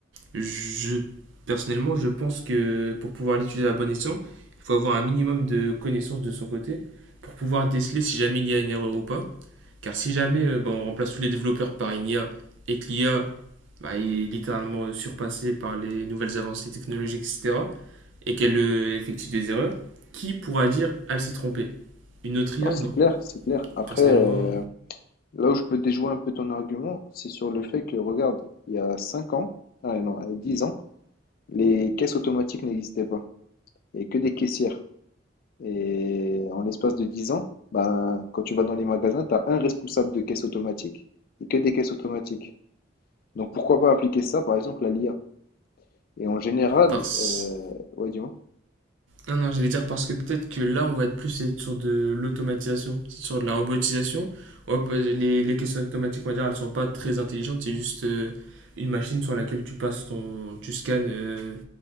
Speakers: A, on the right; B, on the left.
A: je, personnellement, je pense que pour pouvoir l'utiliser à bon escient, il faut avoir un minimum de connaissances de son côté pour pouvoir déceler si jamais il y a une erreur ou pas. Car si jamais euh, bah, on remplace tous les développeurs par une IA et que l'I a, bah, est littéralement surpassée par les nouvelles avancées technologiques, etc., et qu'elle euh, effectue des erreurs, qui pourra dire elle s'est trompée Une autre
B: Non,
A: IA
B: c'est
A: Non.
B: clair, c'est clair.
A: Donc,
B: Après,
A: personnellement,
B: euh, là où je peux déjouer un peu ton argument, c'est sur le fait que, regarde, il y a 5 ans, ah non, il y a 10 ans, les caisses automatiques n'existaient pas. Il n'y avait que des caissières. Et en l'espace de 10 ans, ben, quand tu vas dans les magasins, tu as un responsable de caisse automatique et que des caisses automatiques. Donc pourquoi pas appliquer ça, par exemple, à l'IA? Et en général,
A: parce
B: euh, ouais, dis-moi.
A: Non, non, j'allais dire parce que peut-être que là, on va être plus être sur de l'automatisation, sur de la robotisation. On va pas- les, les questions automatiques, on va dire, elles sont pas très intelligentes. C'est juste euh, une machine sur laquelle tu passes ton. Tu scannes euh,